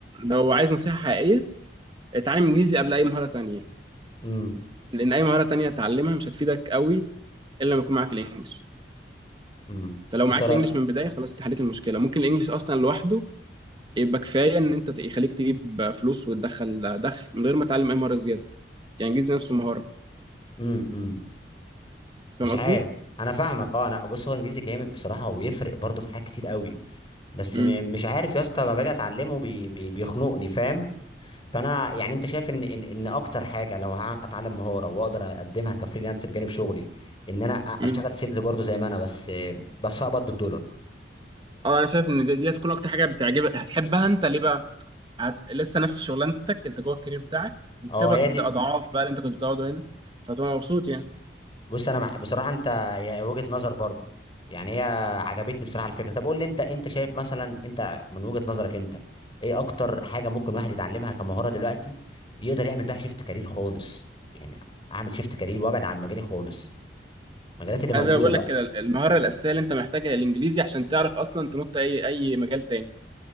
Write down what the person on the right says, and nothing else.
لو عايز نصيحه حقيقيه اتعلم انجليزي قبل اي مهاره تانية
لان اي مهاره تانية تتعلمها مش هتفيدك قوي الا لما يكون معاك الانجليش
فلو معاك
الانجليش من البدايه خلاص انت حليت المشكله ممكن الانجليش اصلا لوحده يبقى كفايه ان انت يخليك تجيب فلوس وتدخل دخل من غير ما تتعلم اي مهاره زياده يعني جيز نفسه مهاره
فاهم قصدي؟
امم
امم
اه انا شايف ان دي, دي هتكون اكتر حاجه بتعجبك هتحبها انت ليه بقى؟ هت... لسه نفس شغلانتك انت جوه الكارير بتاعك وبتقبض
اضعاف بقى اللي انت كنت بتقعده هنا فتبقى مبسوط يعني
انا زي ما بقول
لك كده المهاره الاساسيه اللي انت محتاجها هي الانجليزي عشان تعرف اصلا تنط اي اي مجال تاني